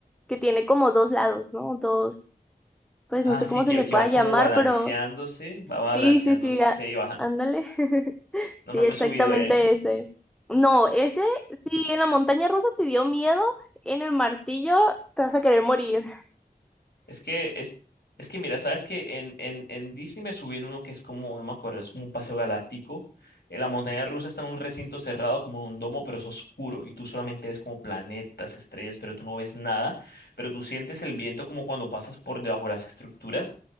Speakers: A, in the centre; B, on the left.
A: que tiene como dos lados, ¿no? Dos, pues
B: Ah,
A: no sé
B: sí,
A: cómo
B: que,
A: se le
B: que
A: pueda
B: va como
A: llamar,
B: balanceándose,
A: pero
B: va balanceándose
A: sí, sí, sí, á-
B: y bajando.
A: ándale. <laughs> Sí,
B: No me he
A: exactamente
B: subido, eh.
A: ese. No, ese, sí, en la montaña rusa te dio miedo, en el martillo te vas a querer morir.
B: Es que, es, es que mira, sabes que en, en, en Disney me subí en uno que es como, no me acuerdo, es como un paseo galáctico. En la montaña rusa está en un recinto cerrado, como en un domo, pero es oscuro y tú solamente ves como planetas, estrellas, pero tú no ves nada. Pero tú sientes el viento como cuando pasas por debajo de las estructuras.